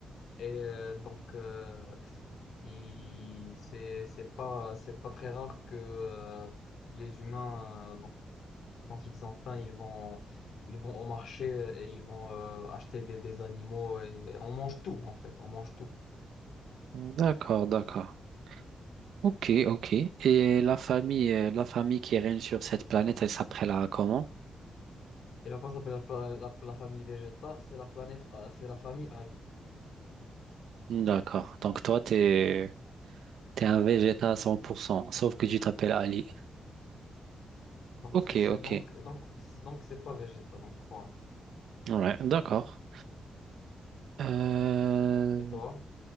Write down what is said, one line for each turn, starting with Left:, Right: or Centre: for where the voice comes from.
Left: Et euh, donc, euh, il, c'est, c'est pas, c'est pas très rare que euh, les humains, euh, donc, quand ils ont faim, ils vont, ils vont au marché et ils vont euh, acheter des, des animaux et, et on mange tout, en fait, on mange tout.
Right: D'accord, d'accord. Ok, ok. Et la famille, euh, la famille qui règne sur cette planète, elle s'appellera comment?
Left: Et là-bas, ça s'appelle la, pla- la, la famille Vegeta, c'est la planète, A- c'est la famille Ali.
Right: D'accord. Donc toi, t'es, t'es un Végéta à 100%, sauf que tu t'appelles Ali.
Left: Donc,
Right: Ok,
Left: c'est,
Right: ok.
Left: donc, donc, c'est- donc, c'est pas Vegeta, donc voilà.
Right: Ouais, d'accord. Euh,
Left: Et toi?